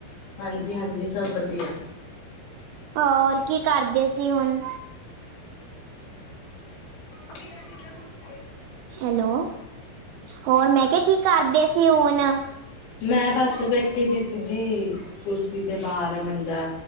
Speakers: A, on the left; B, on the right.
A: ਹਾਂਜੀ ਹਾਂਜੀ ਸਭ ਵਧੀਆ
B: ਹਾ ਹੋਰ ਕੀ ਕਰਦੇ ਸੀ ਹੁਣ
A: ਅ
B: ਹੈਲੋ ਹੋਰ ਮੈਂ ਕਿਹਾ ਕੀ ਕਰਦੇ ਸੀ ਹੁਣ
A: ਮੈਂ ਬਸ ਬੈਠੀ ਦੀ ਸੀ ਜੀ ਕੁਰਸੀ ਤੇ ਬਾਹਰ ਮੰਜਾ